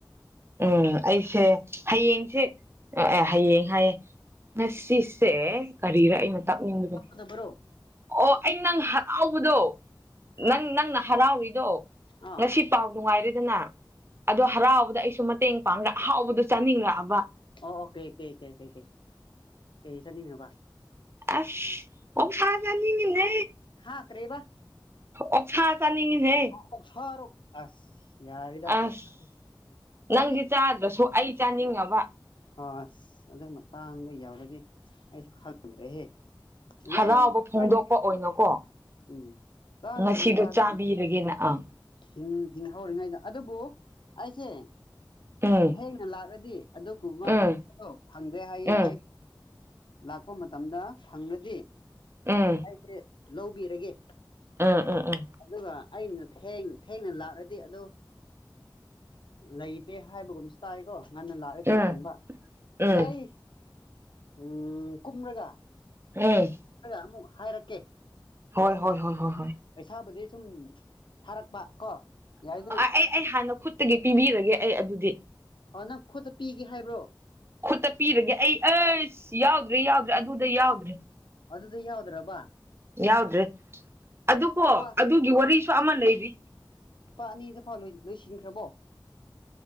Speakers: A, on the right; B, on the left.
A: ꯎꯝ ꯑꯩꯁꯦ ꯍꯌꯦꯡꯁꯦ ꯑꯦ ꯍꯌꯦꯡ ꯍꯥꯏꯌꯦ ꯉꯁꯤꯁꯦ ꯀꯔꯤꯔ ꯑꯩꯅ ꯇꯥꯛꯅꯤꯡꯕꯗꯣ
B: ꯗꯕ꯭ꯔꯣ
A: ꯑꯣ ꯑꯩ ꯅꯪ ꯍꯔꯥꯎꯕꯗꯣ
B: ꯍꯥ
A: ꯅꯪ ꯅꯪꯅ ꯍꯔꯥꯎꯔꯤꯗꯣ
B: ꯑꯥ
A: ꯉꯁꯤ ꯄꯥꯎ ꯅꯨꯡꯉꯥꯏꯔꯦꯗꯅ ꯑꯗꯨ ꯍꯔꯥꯎꯕꯗ ꯑꯩꯁꯨ ꯃꯇꯦꯡ ꯄꯥꯡꯂ ꯑꯍꯥꯎꯕꯗ ꯆꯥꯅꯤꯡꯂꯛꯑꯕ
B: ꯑꯣ ꯑꯣꯀꯦꯀꯦꯀꯦꯀꯦꯦ ꯀꯩ ꯆꯠꯅꯤꯡꯉꯕꯕꯥ
A: ꯑ ꯑꯣ ꯁꯥꯖꯥꯅꯤꯉ ꯅ
B: ꯍꯥ ꯀꯔꯤꯕ
A: ꯑꯣꯞ ꯁꯥ ꯆꯥꯅꯤꯡꯉꯤꯍꯦ
B: ꯑꯣꯁꯔꯛ ꯑꯁ ꯌꯥꯔꯗ
A: ꯑꯁ
B: ꯑꯣꯁꯦ
A: ꯅꯪꯗꯤ
B: ꯑꯩꯗꯤ
A: ꯆꯥꯗ꯭ꯔꯁꯨ ꯑꯩ ꯆꯥꯅꯤꯡꯉꯕ
B: ꯑ ꯑꯁ ꯑꯗꯨꯒꯤ ꯃꯇꯥꯡꯗ ꯌꯎꯔꯒꯦ ꯑꯩꯁꯨ ꯈꯪꯗ꯭ꯔꯦꯍꯦ
A: ꯍꯔꯥꯎꯕ
B: ꯌꯥꯏ ꯌꯥꯏ
A: ꯐꯣꯡꯗꯣꯛꯄ
B: ꯄꯗꯦ
A: ꯑꯣꯏꯅꯀꯣ
B: ꯎꯝ ꯆꯒꯗꯕꯅꯤ
A: ꯉꯁꯤꯗꯣ
B: ꯆꯗ
A: ꯆꯥꯕꯤꯔꯒꯦꯅ ꯑꯥ
B: ꯍꯤꯡꯍꯧꯔꯤꯉꯩꯗ ꯑꯗꯨꯕꯨ ꯑꯩꯁꯦ
A: ꯎꯝ
B: ꯍꯩꯅ ꯂꯥꯛꯂꯗꯤ ꯑꯗꯨꯒꯨꯝꯕ
A: ꯎꯝ
B: ꯑꯣ ꯐꯪꯗ꯭ꯔꯦ ꯍꯥꯏꯌꯦ
A: ꯎꯝ
B: ꯑꯩ ꯂꯥꯛꯄ ꯃꯇꯝꯗ ꯐꯪꯪꯂꯗꯤ
A: ꯎꯝ
B: ꯁꯦ ꯂꯧꯕꯤꯔꯒꯦ
A: ꯎꯝ ꯎꯝ ꯎꯝ
B: ꯑꯗꯨꯒ ꯑꯩꯅ ꯊꯦꯡꯅ ꯂꯥꯛꯂꯗꯤ ꯑꯗ ꯂꯩꯇꯦ ꯍꯥꯏꯕꯒꯨꯝꯕꯁꯤ ꯇꯥꯏꯀꯣ ꯉꯟꯅ ꯂꯥꯛꯑꯗꯤ ꯐꯪꯕ
A: ꯎꯝ ꯎꯝ
B: ꯑꯗꯣ ꯑꯩ ꯎꯝ ꯀꯨꯝꯔꯒ
A: ꯎꯝ
B: ꯑꯃꯨꯛ ꯍꯥꯏꯔꯛꯀꯦ
A: ꯍꯣꯏ ꯍꯣꯏ ꯍꯣꯏ ꯍꯣꯏ ꯍꯣꯏ
B: ꯄꯩꯁꯥꯕꯨꯗꯤ ꯁꯨꯝ ꯊꯥꯔꯛꯄ ꯀꯣ ꯌꯥꯏꯗꯅ
A: ꯑꯩ ꯑꯩ ꯍꯥꯟꯅ ꯈꯨꯠꯇꯒꯤ ꯄꯤꯕꯤꯔꯒꯦ ꯑꯩ ꯑꯗꯨꯗꯤ
B: ꯑ ꯅꯪ ꯈꯨꯠꯇ ꯄꯤꯒꯦ ꯍꯥꯏꯕ꯭ꯔꯣ
A: ꯈꯨꯠꯇ ꯄꯤꯔꯒꯦ ꯑꯩ ꯑꯁ ꯌꯥꯎꯗ꯭ꯔꯦ ꯌꯥꯎꯗ꯭ꯔꯦ ꯑꯗꯨꯗ ꯌꯥꯎꯗ꯭ꯔꯦ
B: ꯑꯗꯨꯗꯤ ꯌꯥꯎꯗ꯭ꯔꯕ
A: ꯌꯥꯎꯗ꯭ꯔꯦ ꯑꯗꯨ ꯀꯣ
B: ꯂꯨꯄꯥ
A: ꯑꯗꯨꯒꯤ ꯋꯥꯔꯤꯁꯨ ꯑꯃ ꯂꯩꯔꯤ
B: ꯂꯨꯄꯥ ꯑꯅꯤ ꯂꯥꯎ ꯂꯣꯏꯁꯤꯟꯈ꯭ꯔꯕꯣ